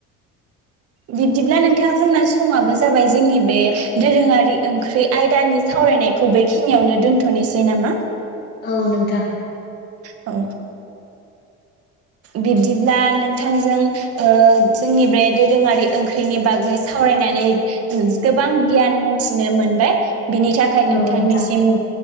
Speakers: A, on the right; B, on the left.
A: बिब्दिब्ला नोंथाङा जोंना समाबो जाबाय जोंनि बे दोरोङारि ओंख्रि आयदानि सावरायनायखौ बेखिनियावनो दोन्थ'नोसै नामा
B: औ नोंथां
A: औ बिब्दिब्ला नोंथांजों ओ जोंनि बे दोरोङारि ओंख्रिनि बागै सावरायनानै ओ गोबां गियान मोनथिनो मोनबाय बिनि थाखाय नोंथांनिसिम
B: औ नोंथां